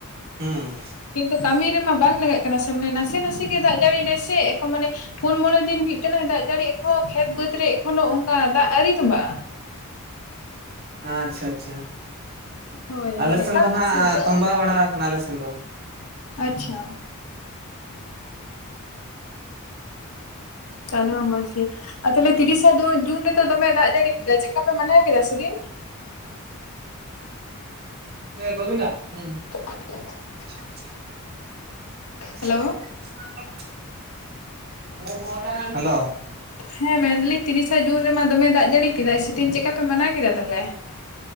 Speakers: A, on the right (about 45°); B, on the left (about 75°).
A: ᱦᱩᱸ
B: ᱠᱤᱱᱛᱩ ᱠᱟᱹᱢᱤ ᱨᱮᱢᱟ ᱵᱟᱝ ᱞᱟᱜᱟᱜ ᱠᱟᱱᱟ ᱥᱮ ᱢᱟᱱᱮ ᱱᱟᱥᱮ ᱱᱟᱥᱮ ᱜᱮ ᱫᱟᱜ ᱡᱟᱹᱲᱤ ᱫᱟᱭ ᱥᱮ ᱮᱠᱷᱚᱱ ᱢᱟᱱᱮ ᱯᱩᱱ ᱢᱚᱬᱮ ᱫᱤᱱ ᱢᱤᱫᱴᱮᱱ ᱮ ᱫᱟᱜ ᱡᱟᱹᱲᱤ ᱮᱠᱷᱚᱱ ᱠᱷᱮᱛ ᱵᱟᱹᱛ ᱨᱮ ᱮᱠᱷᱚᱱᱳ ᱚᱱᱠᱟ ᱫᱟᱜ ᱟᱹᱣᱨᱤ ᱥᱟᱢᱵᱷᱟᱣᱜ-ᱟ
A: ᱟᱪᱪᱷᱟ ᱟᱪᱪᱷᱟ
B: ᱦᱳᱭ
A: ᱟᱞᱮᱥᱮᱱ
B: ᱢᱟᱱᱮ ᱮᱠᱟᱞ
A: ᱫᱚ ᱷᱟᱜ
B: ᱱᱟᱥᱮ ᱜᱮ
A: ᱛᱚᱢᱵᱟ ᱵᱟᱲᱟ ᱠᱟᱱᱟ ᱞᱮ ᱥᱮᱱ ᱫᱚ <inaudible>
B: ᱟᱪᱪᱷᱟ ᱛᱟᱦᱞᱮ ᱢᱟ ᱢᱚᱸᱡᱽ ᱜᱮ ᱟᱨ ᱛᱟᱦᱚᱞᱮ ᱛᱤᱨᱤᱥᱮ ᱫᱩ ᱡᱩᱱ ᱨᱮᱫᱚ ᱫᱚᱢᱮ ᱫᱟᱜ ᱡᱟᱹᱲᱤ ᱠᱮᱫᱟ ᱪᱮᱠᱟᱯᱮ ᱢᱟᱱᱟᱣ ᱠᱮᱫᱟ ᱥᱮᱫᱤᱱ
A: ᱮ ᱜᱵᱤᱱᱫᱟ ᱦᱩᱸ
B: <inaudible>
A: <unintelligible> <unintelligible>
B: ᱦᱮᱞᱳ
A: ᱦᱮᱞᱳ
B: ᱦᱮᱸ ᱢᱮᱱᱫᱟᱞᱤᱧ ᱛᱤᱨᱤᱥᱟ ᱡᱩᱱ ᱨᱮᱢᱟ ᱫᱚᱢᱮ ᱫᱟᱜ ᱡᱟᱹᱲᱤ ᱠᱮᱫᱟ ᱥᱮ ᱫᱤᱱ ᱪᱮᱫᱠᱟ ᱯᱮ ᱢᱟᱱᱟᱣ ᱠᱮᱫᱟ ᱛᱟᱦᱮᱞᱮ